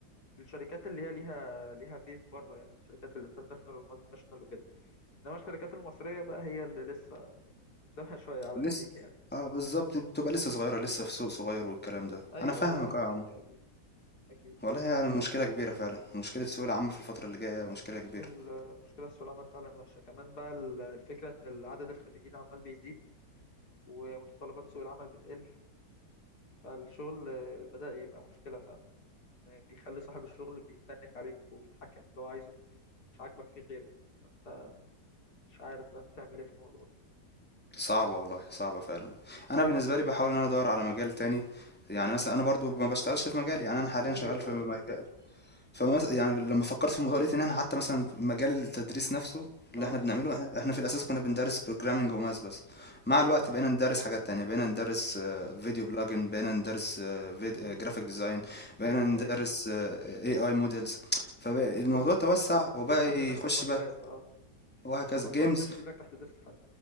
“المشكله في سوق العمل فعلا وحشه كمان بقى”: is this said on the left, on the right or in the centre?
Left